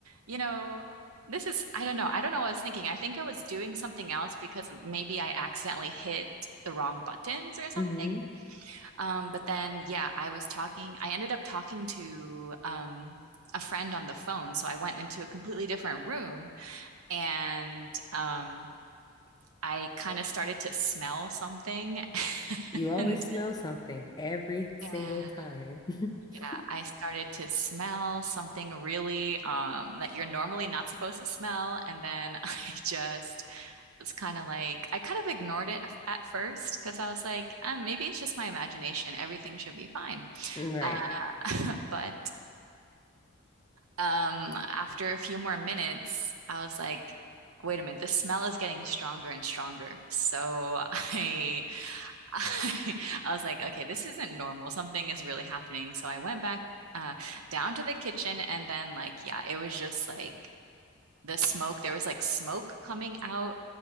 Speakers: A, on the right; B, on the left.
A: you know, this is, I don't know. I don't know what I was thinking. I think I was doing something else because maybe I accidentally hit the wrong buttons
B: <laughs>
A: or something.
B: hmm
A: Um, but then, yeah, I was talking, I ended up talking to um, a friend on the phone. So I went into a completely different room and um, I kind of started to smell something. <laughs>
B: You always
A: And
B: smell something every single
A: yeah,
B: time. <laughs>
A: yeah, I started to smell something really um, that you're normally not supposed to smell. And then <laughs> I just was kind of like, I kind of ignored it f- at first because I was like, um, maybe it's just my imagination. Everything should be fine.
B: Right.
A: Uh, <laughs> but Um, after a few more minutes, I was like, wait a minute, the smell is getting stronger and stronger. So <laughs> I, I, I was like, okay, this isn't normal. Something is really happening. So I went back uh, down to the kitchen and then like, yeah, it was just like the smoke. There was like smoke coming out